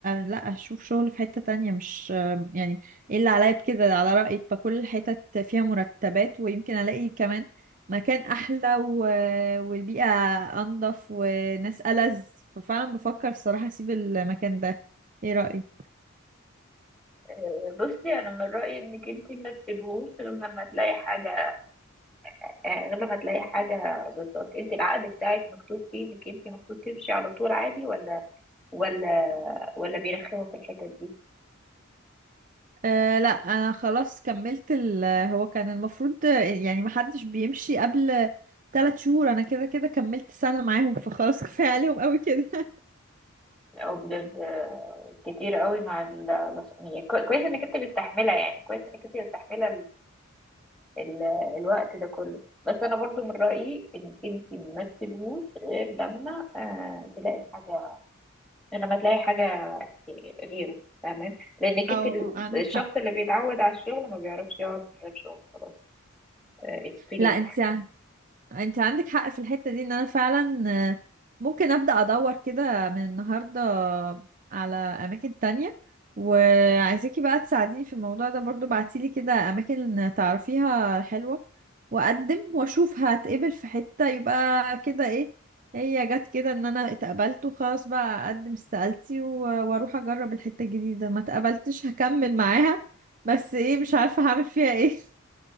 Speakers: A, on the right; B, in the centre.
A: أ- لا اشوف شغل في حته تانية مش يعني ايه اللي عليا بكده على رايك بكل الحتت فيها مرتبات ويمكن الاقي كمان مكان احلى و... والبيئه انضف وناس ألذ ففعلا بفكر الصراحه اسيب المكان ده ايه رايك
B: آه، بصي انا من رايي انك انت ما تسيبهوش غير لما تلاقي حاجه آه، غير لما تلاقي حاجه بالظبط انت العقد بتاعك مكتوب فيه انك انت المفروض تمشي على طول عادي ولا ولا ولا بيرخموا في الحتت دي
A: أه لا انا خلاص كملت ال هو كان المفروض آه، يعني محدش بيمشي قبل ثلاث شهور انا كده كده كملت سنة معاهم فخلاص كفاية عليهم قوي كده <laughs>
B: او بجد آه، كتير قوي مع ال- الأس- يعني كو- كويس انك انت مستحمله يعني كويس انك انت مستحمله ال- الوقت ده كله بس انا برضو من رأيي انك انت ما تسيبهوش غير لما آه تلاقي حاجة لما تلاقي حاجة غيره تمام لانك
A: اه
B: انت ال-
A: عندك
B: الشخص
A: حق
B: اللي بيتعود على الشغل ما بيعرفش يقعد من غير شغل خلاص اتس تو ليت
A: لا انت انت عندك حق في الحتة دي ان انا فعلا آه، ممكن ابدأ ادور كده من النهاردة على اماكن تانية وعايزاكي بقى تساعديني في الموضوع ده برضو بعتيلي كده اماكن تعرفيها حلوة واقدم واشوف هتقبل في حتة يبقى كده ايه هي جت كده ان انا اتقبلت وخلاص بقى اقدم استقالتي و- واروح اجرب الحتة الجديدة ما اتقبلتش هكمل معاها بس ايه مش عارفة هعمل فيها ايه <laughs>